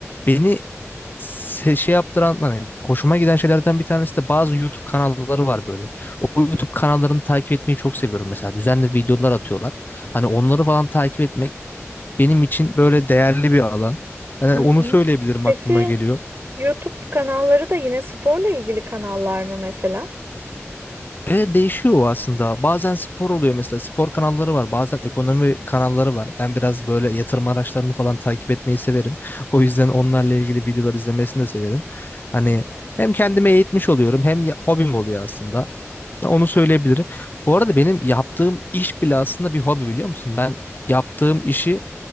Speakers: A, on the left; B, on the right.
A: Beni se- şey yaptıran hani hoşuma giden şeylerden bir tanesi de bazı YouTube kanalları var böyle. O YouTube kanallarını takip etmeyi çok seviyorum mesela. Düzenli videolar atıyorlar. Hani onları falan takip etmek benim için böyle değerli bir alan. Hani
B: Hı hı.
A: onu söyleyebilirim
B: Peki
A: aklıma geliyor.
B: YouTube kanalları da yine sporla ilgili kanallar mı mesela?
A: E, değişiyor o aslında. Bazen spor oluyor mesela. Spor kanalları var. Bazen ekonomi kanalları var. Ben biraz böyle yatırım araçlarını falan takip etmeyi severim. O yüzden onlarla ilgili videolar izlemesini de severim. Hani hem kendime eğitmiş oluyorum hem ya- hobim oluyor aslında. Onu söyleyebilirim. Bu arada benim yaptığım iş bile aslında bir hobi biliyor musun? Ben yaptığım işi